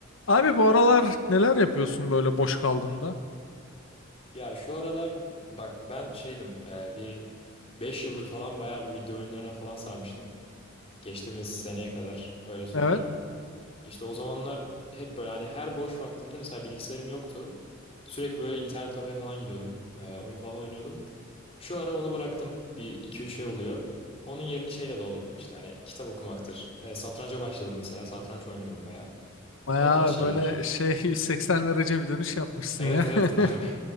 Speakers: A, on the left (about 75°); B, on the left (about 30°).
A: Abi bu aralar neler yapıyorsun böyle boş kaldığında?
B: Ya şu aralar bak ben şeydim e, bir 5 yıldır falan bayağı bir video oyunlarına falan sarmıştım. Geçtiğimiz seneye kadar öyle söyleyeyim.
A: Evet.
B: İşte o zamanlar hep böyle hani her boş vaktimde mesela bilgisayarım yoktu. Sürekli böyle internet kafe falan gidiyordum. E, oyun falan oynuyordum. Şu ara onu bıraktım. Bir iki üç şey oluyor. Onun yerini şeyle doldurdum işte hani kitap okumaktır. E, satranca başladım mesela satranç oynuyorum bayağı.
A: Bayağı
B: O tarz şeyler.
A: böyle şey <laughs> 180 derece bir dönüş yapmışsın
B: Evet
A: ya.
B: evet <laughs> bayağı,
A: <laughs>